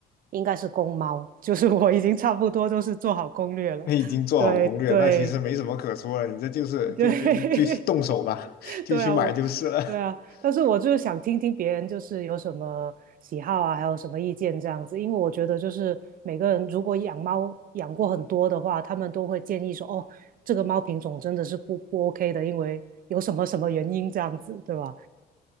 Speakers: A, on the right; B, on the left.
A: 应该是公猫，<laughs> 就是我已经差不多都是做好攻略了。
B: <laughs> 你已经做好攻略，
A: <laughs> 对对
B: 那其实没什么可说了，你这就是就就就动手吧，
A: 对，<laughs>
B: <laughs> 就去买就是了。
A: 对啊，我，对啊，
B: <laughs>
A: 但是我就是想听听别人就是有什么喜好啊，还有什么意见这样子，因为我觉得就是每个人如果养猫养过很多的话，他们都会建议说，哦，这个猫品种真的是不不 OK 的，因为有什么什么原因这样子，对吧？